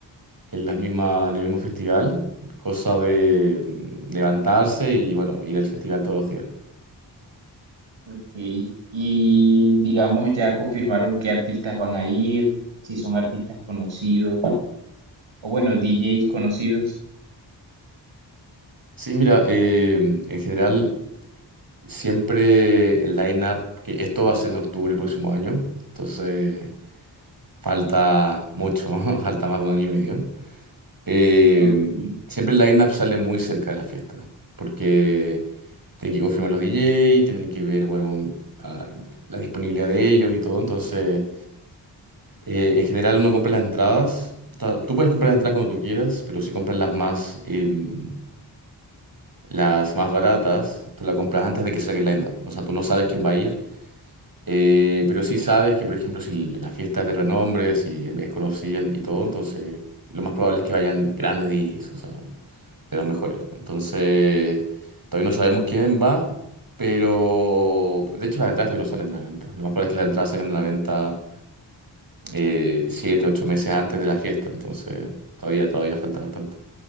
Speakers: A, on the right; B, on the right.
A: en las mismas, en el mismo festival, cosa de mm, levantarse y bueno, ir al festival todos los días.
B: Ok. Y digamos, ya confirmaron qué artistas van a ir, si son artistas conocidos, o bueno, DJs conocidos.
A: Sí, mira, eh, en general Siempre el line-up, que esto va a ser en octubre el próximo año, entonces falta mucho, <laughs> falta más de un año y medio. Eh,
B: Ok.
A: siempre el line-up sale muy cerca de la fiesta, porque tienen que confirmar los DJ, tienen que ver, bueno, a- la disponibilidad de ellos y todo, entonces eh, en general uno compra las entradas, O sea, tú puedes comprar las entradas cuando tú quieras, pero si compras las más... em, Las más baratas, tú las compras antes de que salga el line-up. O sea, tú no sabes quién va a ir. Eh, pero sí sabes que, por ejemplo, si la fiesta es de renombre, si es conocida y todo, entonces lo más probable es que vayan grandes DJs, o sea, de los mejores. Entonces, todavía no sabemos quién va, pero de hecho las entradas todavía no salen a la venta. Lo más probable es que las entradas salgan a la venta eh, siete, ocho meses antes de la fiesta, entonces todavía, todavía falta bastante.